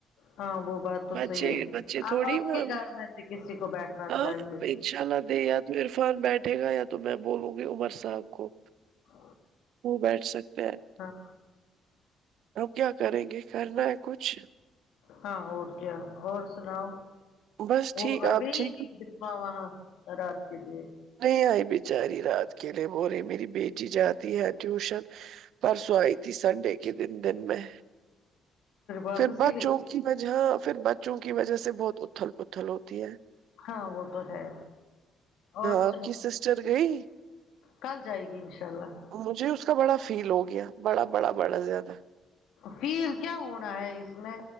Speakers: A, on the left; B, on the right.
A: ہاں وہ بات تو
B: بچے
A: صحیح ہے
B: بچے
A: اب
B: تھوڑی
A: آپ
B: مانگ.
A: کے گھر میں سے کسی کو بیٹھنا
B: ہاں
A: چاہیے
B: انشاء اللہ دے یا تو عرفان بیٹھے گا یا تو میں بولوں گی عمر صاحب کو
A: ج
B: وہ بیٹھ سکتے ہیں
A: ہاں
B: ہم کیا کریں گے کرنا ہے کچھ
A: ہاں اور کیا اور سناؤ
B: بس
A: وہ
B: ٹھیک
A: ابھی
B: آپ ٹھیک
A: اہاں رات کے لیے
B: نہیں آئی بیچاری رات کے لیے ب رہے میری بیٹی جاتی ہے ٹیوشن پرسوں آئی تھی سنڈے کے دن دن میں
A: واپس
B: پھر بچوں
A: ہی گئی
B: کی وجہ پھر بچوں کی وجہ سے بہت اتھل پتھل ہوتی ہے
A: ہاں وہ تو ہے اور
B: آک
A: سناؤ
B: سسٹر گئی
A: کل جائے گی ان شاء اللہ
B: مجھے اس کا بڑا فیل ہو گیا بڑا بڑا بڑا زیادہ
A: فیل کیا ہونا ہے اس میں